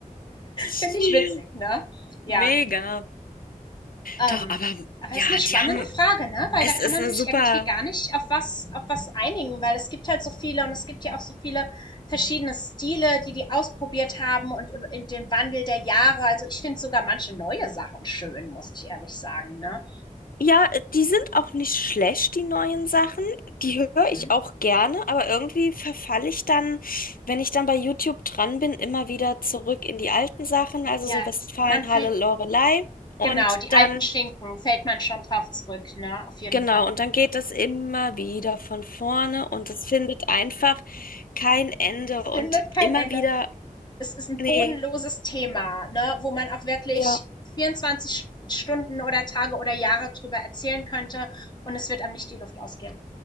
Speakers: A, on the left (about 80°); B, on the left (about 30°).
A: Ja,
B: Finde ich witzig, ne? Ja.
A: Mega.
B: Ähm,
A: Doch, aber
B: aber
A: ja,
B: ist eine spannende
A: die haben,
B: Frage, ne? Weil
A: es
B: da kann
A: ist
B: man
A: eine
B: sich
A: super.
B: irgendwie gar nicht auf was, auf was einigen, weil es gibt halt so viele und es gibt ja auch so viele verschiedene Stile, die die ausprobiert haben und über- in den Wandel der Jahre. Also ich finde sogar manche neue Sachen schön, muss ich ehrlich sagen, ne?
A: Ja, die sind auch nicht schlecht, die neuen Sachen. Die höre
B: Mhm.
A: ich auch gerne, aber irgendwie verfalle ich dann, wenn ich dann bei YouTube dran bin, immer wieder zurück in die alten Sachen, also
B: Ja,
A: so Westfalenhalle,
B: man fällt,
A: Loreley. Und
B: genau, die
A: dann
B: alten Schinken fällt man schon drauf zurück, ne? Auf jeden
A: Genau,
B: Fall.
A: und dann geht es immer wieder von vorne und es findet einfach kein Ende
B: Es
A: und
B: findet kein
A: immer
B: Ende.
A: wieder,
B: es ist ein
A: nee,
B: bodenloses Thema, ne, wo man auch wirklich
A: ja,
B: 24 Stunden oder Tage oder Jahre drüber erzählen könnte und es wird einem nicht die Luft ausgehen.